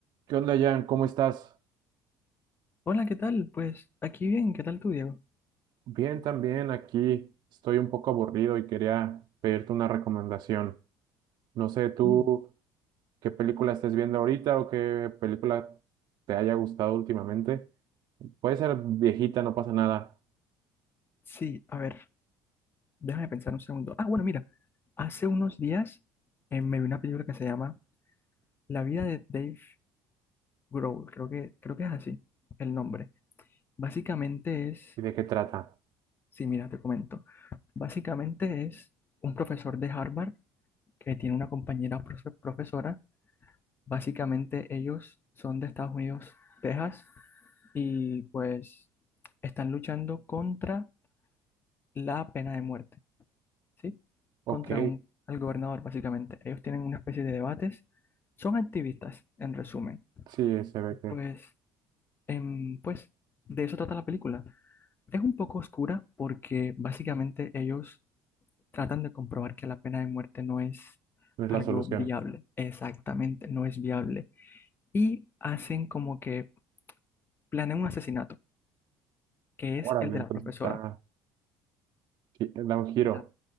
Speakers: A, on the right; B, on the left.
A: ¿Qué onda, Jan? ¿Cómo estás?
B: Hola, ¿qué tal? Pues aquí bien, ¿qué tal tú, Diego?
A: Bien, también aquí. Estoy un poco aburrido y quería pedirte una recomendación. No sé, tú
B: Mm,
A: qué película estés viendo ahorita o qué película te haya gustado últimamente. Puede ser viejita, no pasa nada.
B: Sí, a ver, déjame pensar un segundo. Ah, bueno, mira, hace unos días eh, me vi una película que se llama La vida de Dave Grohl, creo que, creo que es así el nombre. Básicamente es,
A: ¿Y de qué trata?
B: sí, mira, te comento. Básicamente es un profesor de Harvard que tiene una compañera profe- profesora. Básicamente ellos son de Estados Unidos, Texas, y pues están luchando contra la pena de muerte. ¿sí?
A: Ok,
B: Contra un, al gobernador, básicamente. Ellos tienen una especie de debates. Son activistas, en resumen.
A: sí, se ve que
B: Pues, em, pues, de eso trata la película. Es un poco oscura porque básicamente ellos tratan de comprobar que la pena de muerte no es
A: no es
B: algo
A: la solución.
B: viable. Exactamente, no es viable. Y hacen como que planean un asesinato, que
A: Órale,
B: es el de
A: entonces
B: la profesora.
A: está, gi- da un giro.
B: La